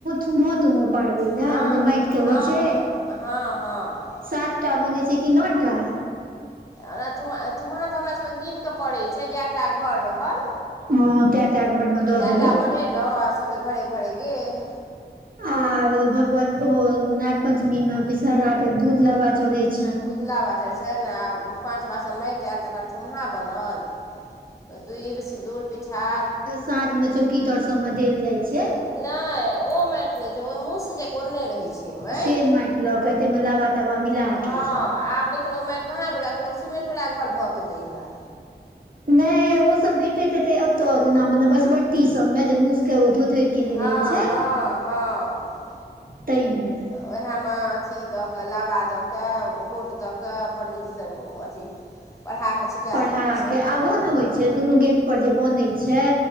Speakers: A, on the right; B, on the left.
A: थुमहो तुम्हो पारबे ने
B: हँ
A: ओ जे माटि के
B: हँ
A: होइ छै
B: हँ हँ हँ
A: सातटा बनै छै कि न टा
B: ओ तूम थुम्हा तऽ हमरा सबके गिन क परै छै जेटा घर रहल
A: हँ तए टा घरमे दऽ
B: तै
A: देलहुँ
B: टा बन लेलहुँ आ सबे घरे घरे गेल
A: आर भगवत ओ नाग पंचमी में विषहरा के दूध लाबा चढ़े छै
B: दूध लाबा चर छै ने आ पाँच बासन माटि आयल तकर थुमहा बनल दुइभ सिन्दूर पिठार
A: साँझमे चौकी तर सबमे देल जाइ छै
B: नहि ओ माटि नहि छै ओहि मुह से जे कोरने रहै छै माटि
A: से लऽ के ताहिमे लाबा ताबा मिला
B: हँ
A: के
B: आब लेकिन कि ओ माटि कहाँ भर क लोक सिमेंट वला घर भऽ गेलै हे
A: नहि ओ सब भेटैत हेते एतऽ जेना मने बसबट्टी सब मे जे मुस के धोधरि केने
B: हँ
A: रहे छै
B: हँ हँ
A: ताहिमे
B: तऽ ओएहमे अथी दऽ कऽ लाबा दऽ कऽ गोट दऽ कऽ पण्डीजी सब अथी पढ़ााकऽ छिटाएल
A: पढ़ा
B: जाइ छै
A: के आ ओहो ने होइ
B: हँ
A: छै दुनू गेट पर जे बनै छै